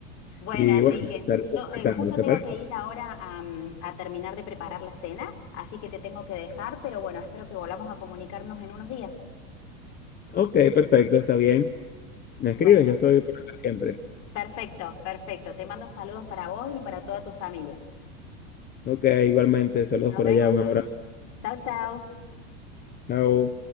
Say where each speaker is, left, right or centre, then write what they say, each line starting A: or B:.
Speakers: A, on the left; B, on the left.
A: Bueno,
B: Y
A: Enrique,
B: bueno, te estaré
A: yo
B: contactando,
A: eh, justo
B: ¿te
A: tengo
B: parece?
A: que ir ahora a, mm, a terminar de preparar la cena, así que te tengo que dejar, pero bueno, espero que volvamos a comunicarnos en unos días.
B: Ok, perfecto, está bien. Me
A: Bueno,
B: escribes, yo estoy por acá siempre.
A: perfecto, perfecto. Te mando saludos para vos y para toda tu familia.
B: Ok, igualmente, saludos
A: Nos
B: por
A: vemos.
B: allá, un abrazo.
A: Chau, chau.
B: Chao.